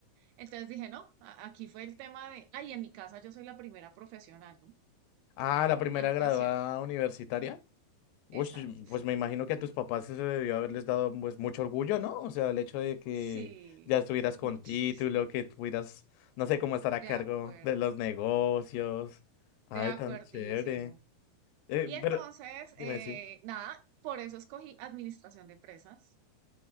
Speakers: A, on the right; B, on the left.
A: Entonces dije, no, a- aquí fue el tema de, ay, en mi casa yo soy la primera profesional, ¿no?
B: ah,
A: Ahí,
B: la primera
A: anotación.
B: graduada universitaria. Uy,
A: Exacto,
B: sí,
A: sí.
B: pues me imagino que a tus papás eso debió haberles dado pues mucho orgullo, ¿no? O sea, el hecho de que
A: Sí,
B: ya estuvieras con
A: muchísimo.
B: título, que tuvieras, no sé, cómo estar a
A: De
B: cargo
A: acuerdo,
B: de los negocios. Ay,
A: de acuerdísimo.
B: tan chévere. Eh,
A: Y entonces,
B: pero, dime,
A: eh,
B: sí.
A: nada, por eso escogí administración de empresas